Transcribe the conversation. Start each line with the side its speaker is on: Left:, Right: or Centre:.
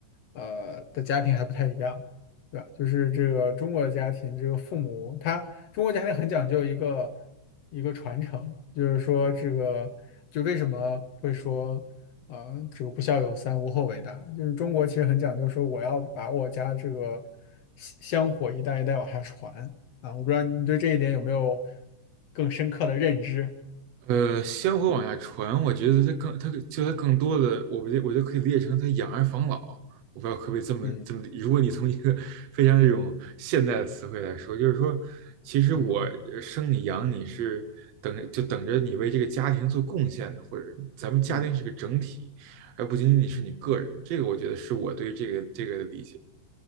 Left: 呃的家庭还不太一样，对吧？就是这个中国的家庭，这个父母他中国家庭很讲究一个一个传承，就是说这个就为什么会说，啊，这个不孝有三，无后为大，就是中国其实很讲究说我要把我家这个香香火一代一代往下传啊，我不知道你对这一点有没有更深刻的认知，
Right: 呃，香火往下传，我觉得它更，它就它更多的，我不觉得我觉得可以理解成它养儿防老。我不知道可不可以这么这么，
Left: 嗯。
Right: 如果你从一个非常这种现代的词汇来说，就是说，其实我呃生你养你是等着就等着你为这个家庭做贡献的，
Left: 嗯
Right: 或者咱们家庭是个整体，
Left: 嗯，
Right: 而不仅仅是你个人。这个我觉得是我对这个这个的理解。